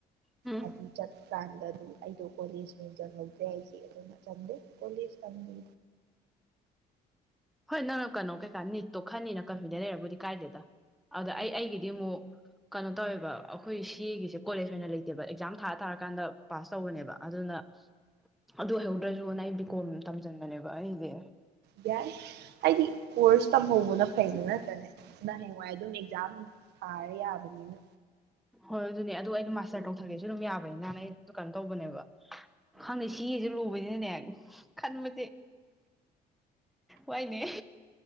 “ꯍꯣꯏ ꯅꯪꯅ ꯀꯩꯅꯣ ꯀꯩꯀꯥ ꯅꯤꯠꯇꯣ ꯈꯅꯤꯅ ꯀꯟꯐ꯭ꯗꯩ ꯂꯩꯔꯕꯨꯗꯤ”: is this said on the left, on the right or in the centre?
Centre